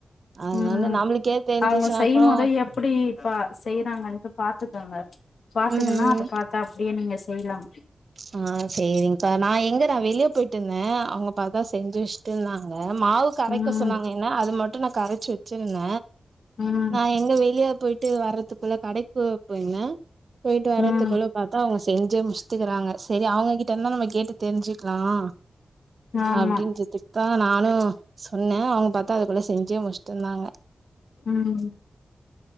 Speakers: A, on the right (about 50°); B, on the left (about 75°).
A: அதனால
B: ம்
A: நம்மளுக்கே தெரிஞ்ச்சினாக்கோ
B: அவங்க செய்யும் போது எப்டி பா செய்யறாங்கன்ட்டு பாத்துக்காங்க பாத்துங்கன்னா
A: ம்
B: அதை பாத்தா அப்டியே நீங்க செய்லாம்
A: ஆ செரி்ங்கா நான் எங்கடா வெளியே போயிட்டு இருந்தேன் அவங்க பா செஞ்சு வச்சட்டு இருந்தாங்க மாவு கரைக்க
B: ம்
A: சொன்னாங்க என்ன அது மட்டும் நான் கரைச்சு வச் சின்ன
B: ம்
A: நான் எங்க வெளியே போயிட்டு வரறது த்துக்குள்ள கடைக்கு போயிருந்தே போயிட்டு வர்றதுக்குள்ள
B: ம்
A: பாத்தா அவங்க செஞ்சே முடிச்சிட்கிறாங்க செரி அவுங்க கிட்ட இருந்து தா நம்ம கேட்டு தெரிஞ்சிக்கலாம்
B: ஆமா
A: அப்பிடினறதுக்கு தான் நான் ன்னு சொன்னேன் அவுங்க பாத்தா அதுக்குள்ள செஞ்சே முடிச்சிருந்தாங்க
B: ம்